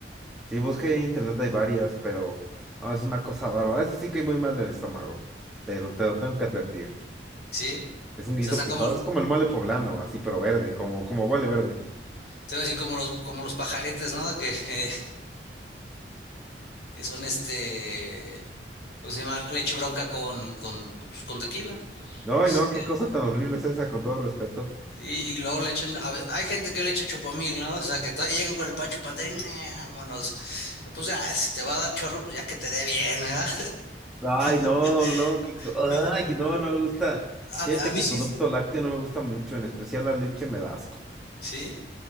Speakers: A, in the centre; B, on the left.
A: Sí, busqué en internet, hay varias, pero no, es una cosa bárbara. Eso sí que hay muy mal del estómago. Te lo, te lo tengo que advertir.
B: Sí.
A: Es
B: O
A: un guiso
B: sea, está
A: pesado,
B: como,
A: es como el mole poblano, así, pero verde, como, como mole verde.
B: Se ve así como los, como los pajaretes, ¿no? Que, <laughs> eh, que son este, ¿cómo se llama? Leche bronca con, con, pues, con tequila.
A: No,
B: Este,
A: no, qué cosa tan horrible es esa, con todo respeto.
B: y, y luego le echan, a ve- hay gente que le echa chocomil, ¿no? O sea, que todavía llegan con el pancho Pantera y "Nah, vámonos. Pues ya, si te va a dar chorro, pues ya que te dé bien, ¿verdad?
A: Ay, no,
B: <laughs>
A: no, qué
B: No,
A: co-
B: no,
A: ay, no,
B: no.
A: no me gusta.
B: A,
A: Fíjate
B: a mí
A: que el
B: sí,
A: producto lácteo no me gusta mucho, en especial la leche me da asco.
B: sí,